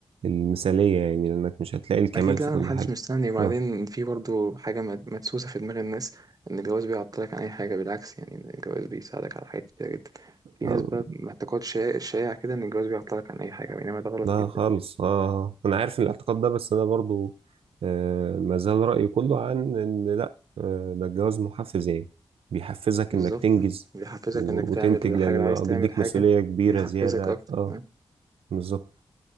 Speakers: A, on the right; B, on the right.
A: المثالية يعني لانك مش هتلاقي الكمال
B: اكيد
A: في
B: لا انا
A: كل
B: محدش
A: حاجة
B: مستني وبعدين
A: اه
B: في برضو حاجه مد- مدسوسه في دماغ الناس ان الجواز بيعطلك عن اي حاجه بالعكس يعني إن الجواز بيساعدك على حاجات كتير جدا في
A: آه،
B: ناس بقى معتقد شائع شائع كده ان الجواز بيعطلك عن اي حاجه بينما ده غلط
A: لا
B: جدا
A: خالص اه انا عارف إن الاعتقاد ده بس انا برضو آه ما زال رأيي كله عن ان لا آه ده الجواز محفز يعني بيحفزك
B: بالظبط
A: انك تنجز
B: بيحفزك
A: و-
B: انك تعمل
A: وتنتج
B: الحاجه
A: لان
B: لو عايز
A: بقى
B: تعمل
A: بيديك
B: حاجه
A: مسؤولية كبيرة
B: بيحفزك
A: زيادة
B: اكتر
A: اه
B: أه؟
A: بالظبط